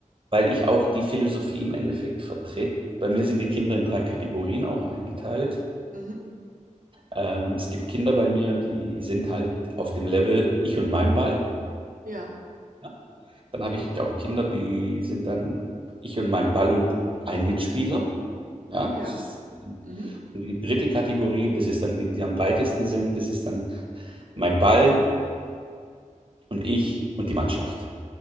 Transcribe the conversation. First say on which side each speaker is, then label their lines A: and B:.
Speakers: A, on the right; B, on the right.
A: weil ich auch die Philosophie im Endeffekt vertrete. Bei mir sind die Kinder in drei Kategorien auch eingeteilt.
B: Mhm.
A: Ähm, es gibt Kinder bei mir, die sind halt auf dem Level ich und mein Ball.
B: Ja,
A: Ja? Dann habe ich auch Kinder, die sind dann ich und mein Ball und ein Mitspieler. Ja,
B: ja.
A: das ist
B: Mhm.
A: die dritte Kategorie, das ist dann die, die am weitesten sind, das ist dann mein Ball und ich und die Mannschaft.